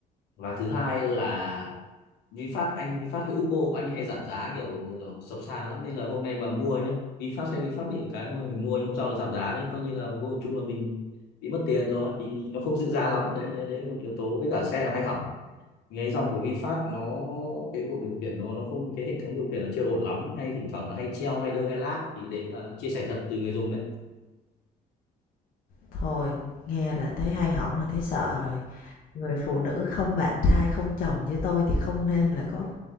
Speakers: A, on the left; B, on the left.
A: và thứ hai là VinFast anh VinFast hay Upbo anh hay giảm giá kiểu, kiểu sập sàn lắm nên là hôm nay mà mua nhá VinFast hay VinFast bị một cái hôm nay mình mua nhưng hôm sau nó giảm giá đấy coi như là vô hình chung là mình bị mất tiền rồi thì nó không giữ giá lắm đấy đấy, đấy là một yếu tố với cả xe là hay hỏng cái dòng của VinFast nó cái bộ điều khiển nó nó không cái hệ thống điều khiển nó chưa ổn lắm hay thỉnh thoảng nó hay treo hay đơ hay lag thì đấy là chia sẻ thật từ người dùng đấy
B: Thôi, nghe là thấy hay hỏng là thấy sợ rồi. Người phụ nữ không bạn trai, không chồng như tôi thì không nên là có